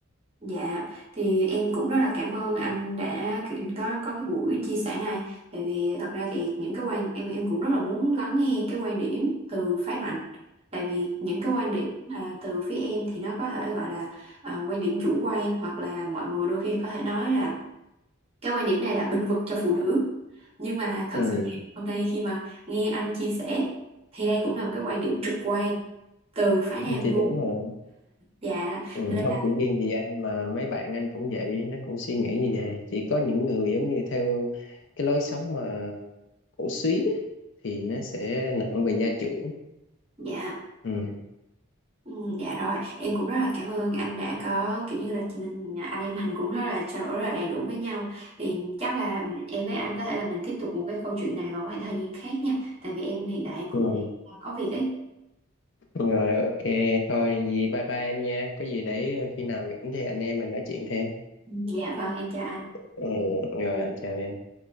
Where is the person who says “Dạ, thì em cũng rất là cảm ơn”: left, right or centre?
Right